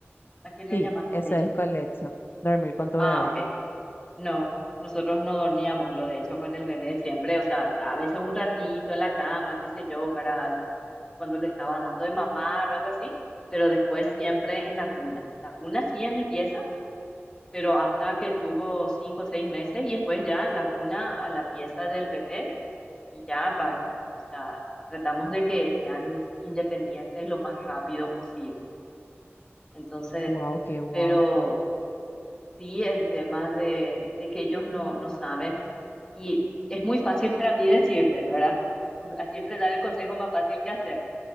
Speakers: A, on the left; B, on the left.
A: ¿a qué le
B: Sí,
A: llamás colecho?
B: eso es colecho, dormir con tu
A: Ah,
B: bebé.
A: ok. No, nosotros no dormíamos, lo de hecho, con el bebé siempre. O sea, a veces un ratito en la cama, qué sé yo, para algún, cuando le estaba dando de mamar o algo así. Pero después siempre en la cuna. La cuna sí en mi pieza pero hasta que tuvo cinco o seis meses y después ya la cuna a la pieza del bebé y ya aparte, ¿verdad? O sea, tratamos de que sean independientes lo más rápido posible. Entonces,
B: Wow, qué guapa.
A: pero sí el tema de, de que ellos no, no saben y es muy fácil para mí decirte, ¿verdad? <laughs> Siempre dar el consejo más fácil que hacer